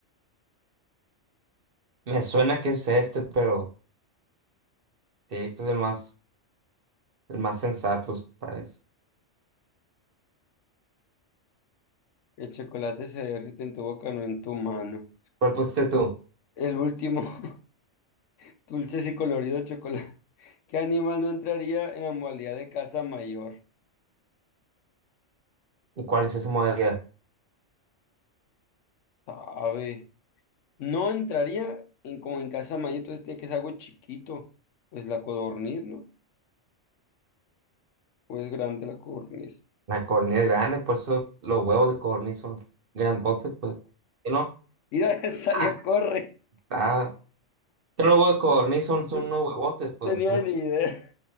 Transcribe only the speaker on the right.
Me suena que es este, pero sí, pues el más. el más sensato para eso.
¿Cuál pusiste tú?
¿Y cuál es esa modalidad?
La codorniz grande, por eso los huevos de codorniz son grandotes, pues. ¿Qué no?
Ah,
está. Que los huevos de codorniz son, son
unos
huevotes, pues.
unos-